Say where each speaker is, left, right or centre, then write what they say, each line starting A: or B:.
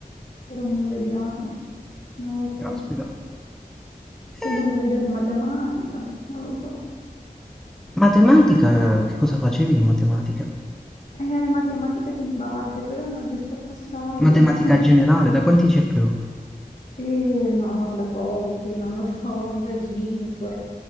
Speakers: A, on the left (about 55°); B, in the centre.
A: però mo vediamo, non lo so.
B: caspita.
A: Poi
B: Eh,
A: devo vedere matematica, non lo so.
B: matematica, che cosa facevi di matematica?
A: È matematica di base, però non riesco a passarla.
B: Matematica generale,
A: <laughs>
B: da quanti CFU?
A: Eh, no, da pochi, non lo so, mi sa 5.